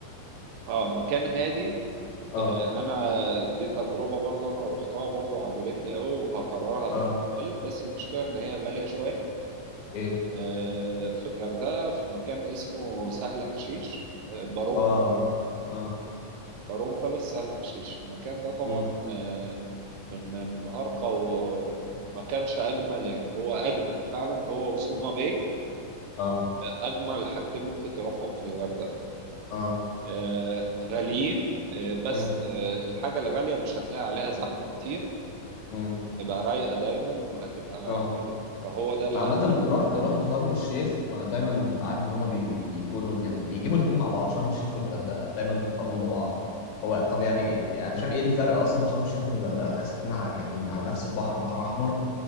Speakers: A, on the right; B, on the left.
A: اه مكان هادي
B: اه
A: آه، انا دي تجربه برضه انا رحتها برضه وعجبتني قوي وهكررها
B: اه
A: تاني وتالت بس المشكله ان هي غاليه شويه
B: ايه
A: آه، في الغردقه في مكان اسمه سهل حشيش آه، بارون
B: اه اه
A: بارون بالاس سهل حشيش المكان ده طبعا
B: امم
A: آه، من من ارقى وما كانش اجمل يعني هو اجمل فعلا هو آه. وسوما باي
B: اه
A: اجمل حاجتين ممكن تروحهم في الغردقه
B: اه
A: آه، غاليين آه، بس
B: امم
A: آه، الحاجه الغاليه مش هتلاقي عليها زحمه كتير
B: امم
A: تبقى رايقة دايما وهتبقى
B: اه
A: حلوة فهو ده الهدف
B: أنا عامة رحت رحت شرم الشيخ وانا دايما ببقى عارف ان هم بي... بيقولوا يعني بيجيبوا الاثنين مع بعض شرم الشيخ والغردقة دايما بيقارنوهم ببعض هو طب يعني يعني انا يعني شايف ايه الفرق اصلا من شرم الشيخ والغردقة انا حاسس ان يعني على نفس البحر بحر احمر